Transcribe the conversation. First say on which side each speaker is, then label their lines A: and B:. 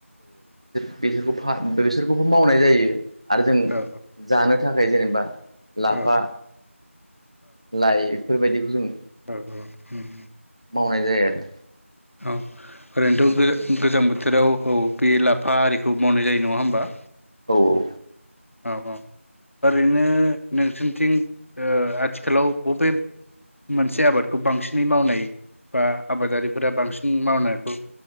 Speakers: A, on the right; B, on the left.
A: बेसोरखौ फा बेसोरखौबो मावनाय जायो। आरो जों
B: औ
A: जानो था थाखाय जेनेबा लाफा
B: औ
A: लाइ बेफोरबायदि जों
B: औ औ उम
A: मावनाय जायो आरो
B: औ ओरैनोथ' बे गोजां बोथोराव औ बे लाफा आरिखौ मावनाय जायो नङा होमबा?
A: औ औ।
B: औ औ। ओरैनो नोंसोरथिं ओ आथिखालाव बबे मोनसे आबादखौ बांसिनै मावनाय बा आबादारिफोरा बांसिन मावनायखौ